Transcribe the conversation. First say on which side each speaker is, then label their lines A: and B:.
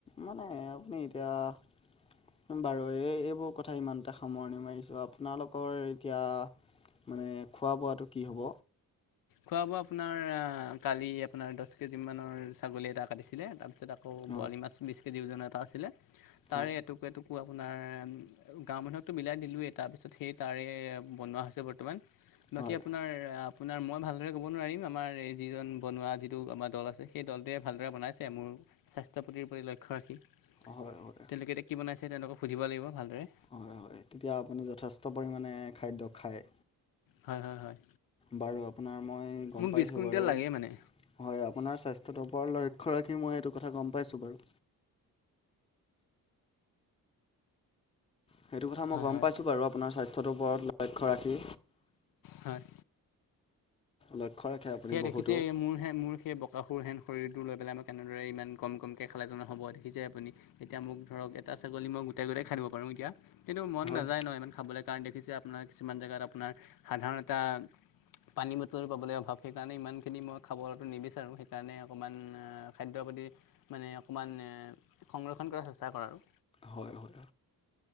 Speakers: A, on the left; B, on the left.
A: মানে আপুনি এতিয়া। বাৰু এই এইবোৰ কথা ইমানটা সামৰণি মাৰিছো আপোনালোকৰ এতিয়া। মানে খোৱা বোৱাটো কি হ'ব।
B: খোৱা বোৱা আপোনাৰ আহ কালি আপোনাৰ দহ কেজি মানৰ ছাগলী এটা কাটিছিলে তাৰপিছত। আকৌ
A: হয়
B: বৰালি মাছ বিশ কেজিওজনৰ এটা আছিলে তাৰে
A: হয়
B: এটুকুৰ এটু। পুৱা আপোনাৰ গাঁও মানুহকতো বিলাই দিলোঁৱেই তাৰপিছত সেই তাৰে বনোৱা হৈছে বৰ্তমান।
A: হয়
B: বাকী আপোনাৰ আপোনাৰ মই ভাল। ভালদৰে ক'ব নোৱাৰিম আমাৰ এই যিজন বনোৱা যিটো আমাৰ দল আছে সেই দলটোৱে ভালদৰে বনাইছে মোৰ। স্বাস্থ্যৰ প্ৰতিৰ প্ৰতি লক্ষ্য ৰাখি তেওঁলোকে
A: হয় হয়
B: এতিয়া কি বনাইছে তেওঁলোকক সুধিব লাগিব ভালদৰে।
A: হয় হয় তেতিয়া আপুনি যথেষ্ট পৰিমাণে খাদ্য খায়।
B: হয় হয় হয়।
A: বাৰু আপোনাৰ মই গম
B: মোক
A: পাইছোঁ
B: বিছ কুইণ্টেল
A: বাৰু।
B: লাগেই
A: হয়
B: মানে
A: আপোনাৰ স্বাস্থ্যটোৰ ওপৰত লক্ষ্য ৰাখি মই এইটো কথা গম পাইছো বাৰু। সেইটো কথা মই
B: হয়
A: গম
B: হয়
A: পাইছোঁ বাৰু আপোনাৰ স্বাস্থ্যৰ ওপৰত লক্ষ্য ৰাখি।
B: হয়
A: লক্ষ্য। ৰাখে আপুনি
B: সেয়া
A: বহুতো।
B: দেখিচে মোৰ সে মোৰ সেই বক। কাসুৰ হেন শৰীৰটো লৈ পেলাই মই কেনেদৰে ইমান কম কমকৈ খালেতো নহবয়ে দেখিছে আপুনি। এতিয়া মোক ধৰক এটা ছাগলী মই গোটাই গোটাই খাই দিব পাৰোঁ এতিয়া কিন্তু মন
A: হয়
B: নাযায় ন ইমান খাবলে। কাৰণ দেখিছে আপোনাৰ কিছুমান জেগাত আপোনাৰ সাধাৰণ এটা পানী বটল পাবলৈ অভাৱ। সেইকাৰণে ইমানখিনি মই খাবতো নিবিচাৰোঁ সেইকাৰণে অকণমান খাদ্যৰ প্ৰতি মানে অকণমান। সংৰক্ষণ কৰাৰ চেষ্টা ককৰা আৰু।
A: হয় হয়